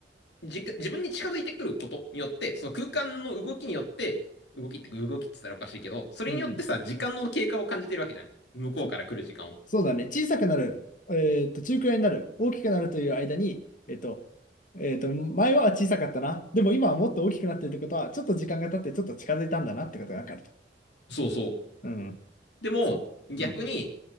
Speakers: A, on the left; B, on the left.
A: の、じ自分に近づいてくることによって、その空間の動きによって、動きって、動きって言ったらおかしいけど、それによってさ、
B: うんうん。
A: 時間の経過を感じてるわけじゃん。向こうから来る時間を。
B: そそうだね。小さくなる、えーっと、中くらいになる、大きくなるという間に、えーっと、えーっと、前は小さかったな。でも今はもっと大きくなってるってことは、ちょっと時間が経ってちょっと近づいたんだなってことがわかると。
A: そうそう。
B: うん。
A: でも、
B: そう。
A: 逆に、
B: うん。